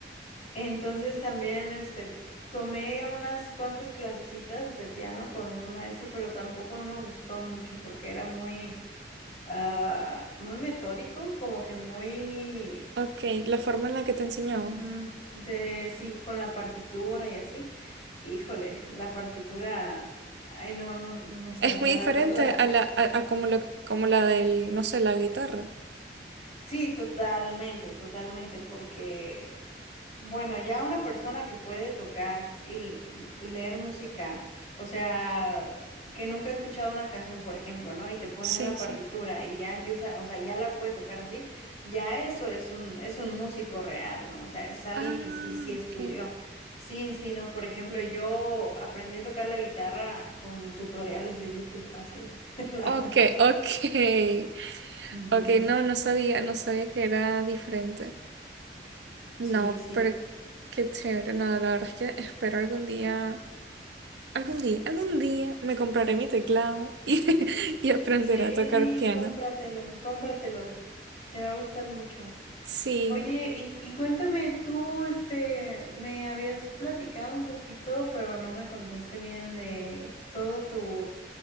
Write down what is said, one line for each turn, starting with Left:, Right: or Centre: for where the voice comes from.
Left: Entonces también este tomé unas cuantas clasecitas de piano con un maestro, pero tampoco no me gustó mucho porque era muy ah, muy metódico, como que muy
Right: Ok, la forma en la que te enseñaba.
Left: ujú, de sí, con la partitura y así. Híjole, la partitura, ay no, no, no sé,
Right: Es
Left: o sea,
Right: muy diferente
Left: la verdad la
Right: a la, a, a como lo, como la del, no sé, la guitarra.
Left: Sí, totalmente, totalmente, porque, bueno, ya una persona que puede tocar y, l- y leer música, o sea, que nunca ha escuchado una canción, por ejemplo, ¿no? Y te pone
Right: Sí,
Left: una
Right: sí.
Left: partitura y ya empieza, o sea, ya la puede tocar así, ya eso es un, es un músico real, ¿no? O sea, es alguien
Right: Ah,
Left: que sí, sí estudió.
Right: ok.
Left: Sí, sí, ¿no? Por ejemplo, yo aprendí a tocar la guitarra con tutoriales de YouTube, así, <laughs> nada
Right: Ok,
Left: más.
Right: <laughs> ok.
Left: Ujú,
Right: Ok, no, no sabía, no sabía que era diferente. No,
Left: Sí, sí.
Right: pero qué chévere. No, la verdad es que espero algún día. Algún día, algún día me compraré mi teclado y, <laughs> y aprenderé
Left: Sí,
Right: a tocar piano.
Left: cómpratelo, cómpratelo. Te va a gustar mucho.
Right: Sí,
Left: Oye, y, y cuéntame, tú, este, me habías platicado un poquito, pero no me contaste bien de todo tu,